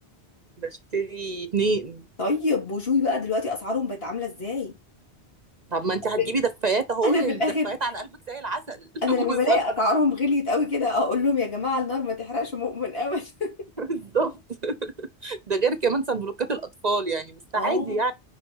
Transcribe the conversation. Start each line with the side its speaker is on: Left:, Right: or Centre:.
Right: بشتري اتنين
Left: طيب وشوي بقى دلوقتي اسعارهم بقت عامله ازاي
Right: طب ما
Left: <laughs>
Right: انت هتجيبي دفايات اهو
Left: انا
Right: يعني
Left: في الاخر
Right: الدفايات على قلبك زي العسل
Left: انا
Right: <laughs>
Left: لما
Right: وصلنا
Left: بلاقي اسعارهم غليت قوي كده اقول لهم يا جماعه النار ما تحرقش مؤمن ابدا <laughs>
Right: بالظبط ده غير كمان صندوقات الاطفال يعني بس
Left: اه
Right: عادي يعني